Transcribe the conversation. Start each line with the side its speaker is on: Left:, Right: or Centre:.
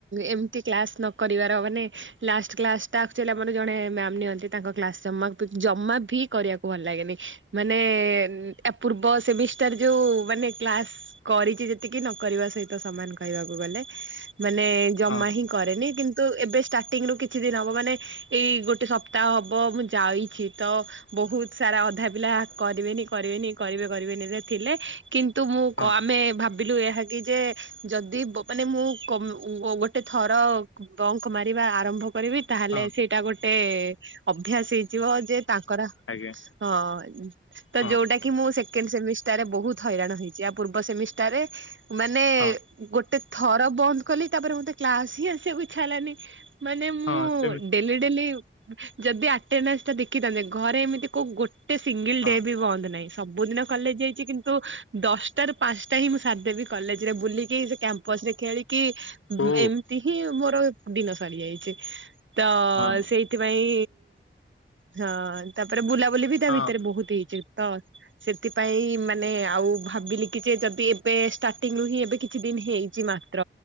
Right: ଏମତି କ୍ଲାସ ନ କରିବାର ମାନେ ଲାଷ୍ଟ କ୍ଲାସଟା ଆକ୍ଚୁଲି ଆମର ଜଣେ ମ୍ୟାମ ନିଅନ୍ତି, ତାଙ୍କ କ୍ଲାସ ଜ ଜମା ବି କରିବାକୁ ଭଲ ଲାଗେନି। ମାନେ ପୂର୍ବ ସେମିଷ୍ଟାର ଯୋଉ ମାନେ କ୍ଲାସ କରିଛି ଏତିକି ନ କରିବା ସହିତ ସମାନ କହିବାକୁ ଗଲେ, ମାନେ ଜମା
Left: ହଁ
Right: ହିଁ କରେନି କିନ୍ତୁ ଏବେ ଷ୍ଟାଟିଙ୍ଗ୍ ରୁ କିଛି ଦିନ ହେବ, ମାନେ ଏଇ ଗୋଟେ ସପ୍ତାହ ହେବ ମୁଁ ଯାଇଛି ତ ବହୁତ ସାରା ଅଧା ପିଲା କରିବେନି, କରିବେନି, କରିବେ କରିବେନି, ସେ ଥିଲେ କିନ୍ତୁ ମୁଁ
Left: ହଁ
Right: ଆମେ ଭାବ ଭାବିଲୁ ଏହା କି ଯେ -ଯଦି ମାନେ ମୁଁ ଗୋଟେ ଥର ବଙ୍କ ମାରିବା ଆରମ୍ଭ କରିବି ତାହେଲେ
Left: ହଁ
Right: ସେଇଟା ଗୋଟେ ଅଭ୍ୟାସ ହେଇଯିବ, ଯେ ତାଙ୍କର
Left: ଆଜ୍ଞା
Right: ହଁ ତ
Left: ହଁ
Right: ଯୋଉଟା କି ମୁଁ ସେ ସେକେଣ୍ଡ ସେମିଷ୍ଟାର ରେ ବହୁତ ହଇରାଣ ହେଇଛି, ଇଆ ପୂର୍ବ ସେମିଷ୍ଟ ତରେ ମାନେ
Left: ହଁ
Right: ଗୋଟେ ଥର ବନ୍ଦ କଲି, ତାପରେ ମତେ କ୍ଲାସ ହିଁ ଆସିବାକୁ ଇଛାହେଲାନି। ମାନେ ମୁଁ
Left: ହଁ ସେମିତି
Right: ଡେଲି ଡେଲି ଯଦି ଆଟେଣ୍ଡନାଶ ଟା ଦେଖିଥାନ୍ତେ ଘରେ ଏମିତି କୋଉ ଗୋଟେ ସିଙ୍ଗଲ
Left: ହଁ
Right: ଡେବି ବନ୍ଦ ନାହିଁ, ସବୁଦିନ ଦିନ କଲେଜ ଯାଇଛି କିନ୍ତୁ ଦଶଟାରୁ ପାଞ୍ଚ ଟା ହିଁ ସାରିଦେବି କଲେଜରେ ବୁଲିକି, ସେ କ୍ୟାମ୍ପସ ରେ ଖେଳିକି
Left: ଓ
Right: ଏମିତି ହିଁ ମୋର ଦିନ ସରିଯାଇଛି, ତ ଅ
Left: ହଁ
Right: ସେଇଥିପାଇଁ ହଁ ତାପରେ ବୁଲାବୁଲି ବି ତା
Left: ଆ ହଁ
Right: ଭିତରେ ବହୁତ ହେଇଛି। ତ ସେଥିପାଇଁ ମାନେ ଆଉ ଭାବିଲି କି, ଯେ ଯଦି ଏବେ ଷ୍ଟାର୍ଟିଙ୍ଗ ରୁ ହିଁ ଏବେ କିଛି ଦିନ ହେଇଛି ମାତ୍ର,